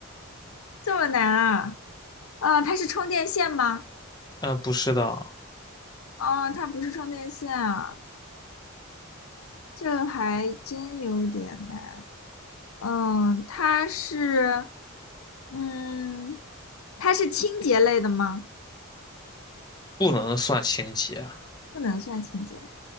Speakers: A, on the left; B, on the left.
A: 这么难啊？啊，它是充电线吗？
B: 呃，不是的，
A: 哦，它不是充电线啊，这还真有点难。嗯，它是嗯，它是清洁类的吗？
B: 不能算清洁，
A: 不能算清洁，